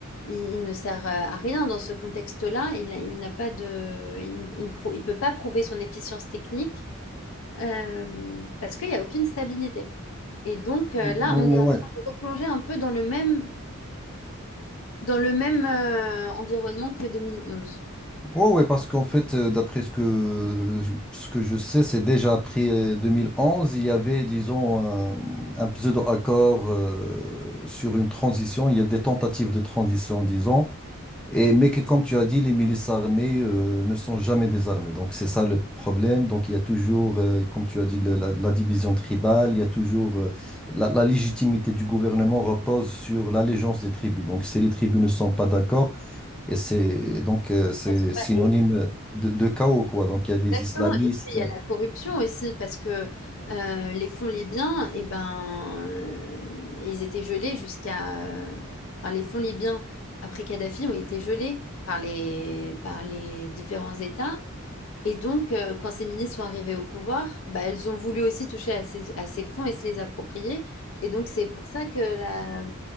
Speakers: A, on the left; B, in the centre.
A: il, il ne sert à rien dans ce contexte-là. Il, a- il n'a pas de, il, il prou- il peut pas prouver son efficience technique euh, parce qu'il n'y a aucune stabilité. Et donc, euh,
B: Ouais.
A: là, on est en train de replonger un peu dans le même, dans le même euh, environnement que 2011.
B: Ouais, ouais, parce qu'en fait, euh, d'après ce que, ce que je sais, c'est déjà après euh, 2011, il y avait, disons, un, un pseudo-accord euh, sur une transition. Il y a des tentatives de transition, disons. Et, mais que, comme tu as dit, les milices armées euh, ne sont jamais désarmées. Donc, c'est ça le problème. Donc, il y a toujours, euh, comme tu as dit, le- la, la division tribale. Il y a toujours. euh, la, la légitimité du gouvernement repose sur l'allégeance des tribus. Donc, si les tribus ne sont pas d'accord, et c'est donc euh, c'est
A: Elles sont pas-
B: synonyme
A: et
B: de, de chaos, quoi. Donc, il
A: Exactement.
B: y a des islamistes
A: Et puis il y a la corruption aussi, parce que euh, les fonds libyens, eh ben, euh, ils étaient gelés jusqu'à. euh, Enfin, les fonds libyens après Kadhafi ont été gelés par les, par les différents États. Et donc, euh, quand ces ministres sont arrivés au pouvoir, bah, elles ont voulu aussi toucher à ces, à ces fonds et se les approprier. Et donc, c'est pour ça que la,